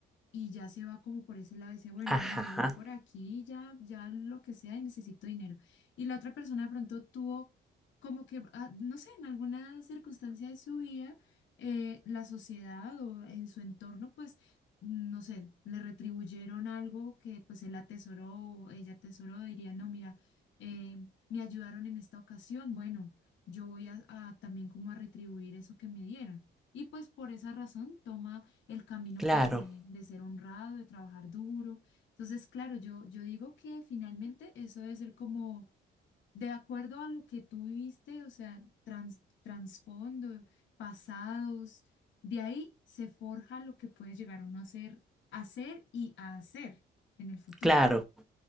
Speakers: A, on the left; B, in the centre.
A: y ya se va como por ese lado y dice, bueno,
B: Ajá,
A: no, me voy por aquí, ya, ya lo que sea y necesito dinero. Y la otra persona de pronto tuvo como que, ah, no sé, en alguna circunstancia de su vida, eh, la sociedad o en su entorno, pues, no sé, le retribuyeron algo que pues él atesoró o ella atesoró, diría, no, mira, eh, me ayudaron en esta ocasión, bueno, yo voy a a también como a retribuir eso que me dieron. Y pues por esa razón toma el camino
B: claro,
A: pues de, de ser honrado, de trabajar duro. Entonces, claro, yo, yo digo que finalmente eso debe ser como de acuerdo a lo que tú viviste, o sea, trans, trasfondo, pasados, de ahí se forja lo que puede llegar uno a ser, a ser y a hacer en el futuro,
B: claro.